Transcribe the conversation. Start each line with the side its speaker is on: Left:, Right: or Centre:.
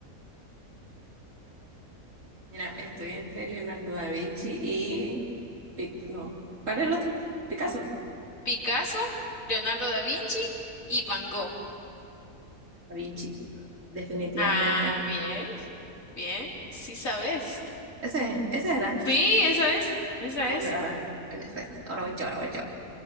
Right: Mira, estoy entre Leonardo da Vinci y... Pic- No, ¿cuál era el otro? Picasso.
Left: Picasso, Leonardo da Vinci y Van Gogh.
Right: Da Vinci, definitivamente.
Left: Ah, bien, bien, sí sabes.
Right: Ese, ese era.
Left: Sí, esa es, esa
Right: A
Left: es.
Right: ver, a ver, el espejo. ahora voy yo, ahora voy yo.